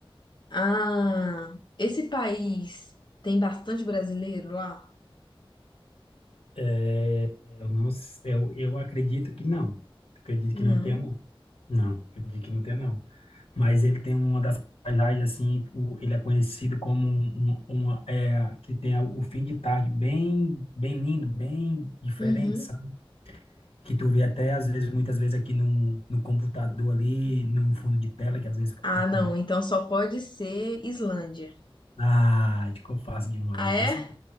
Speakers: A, on the left (about 55°); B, on the left (about 80°).
A: Ah, esse país tem bastante brasileiro lá?
B: É, eu não, s- eu, eu acredito que não. Acredito
A: Não.
B: que não tenha, não. Não, acredito que não tenha, não. Mas ele tem uma das paisagens, assim, o, ele é conhecido como um, um- uma, é, que tem o fim de tarde bem, bem lindo, bem diferente,
A: Uhum.
B: sabe? que tu vê até às vezes, muitas vezes aqui no, no computador ali, num fundo de tela, que às vezes
A: Ah,
B: aparece.
A: não. Então só pode ser Islândia.
B: Ah, acho que eu faço demais
A: Ah, é?
B: isso.